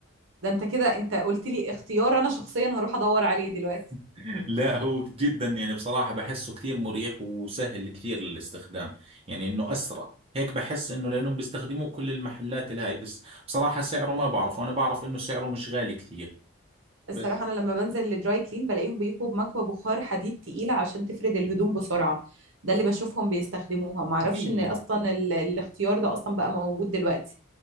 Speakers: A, on the right; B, on the right.
A: ده انت كده انت قلت لي اختيار انا شخصيا هروح ادور عليه دلوقتي
B: <laughs> لا هو جدا يعني بصراحة بحسه كثير مريح وسهل كثير للاستخدام يعني انه اسرع هيك بحس انه لانهم بيستخدموه كل المحلات الهاي بس بصراحة سعره ما بعرفه انا بعرف انه سعره مش غالي كثير
A: الصراحة
B: بس
A: انا لما بنزل للدراي كلين بلاقيهم بيكوا بمكوى بخار حديد تقيلة عشان تفرد الهدوم بسرعة ده اللي بشوفهم بيستخدموها معرفش
B: هي
A: ان اصلا ال... الاختيار ده اصلا بقى موجود دلوقتي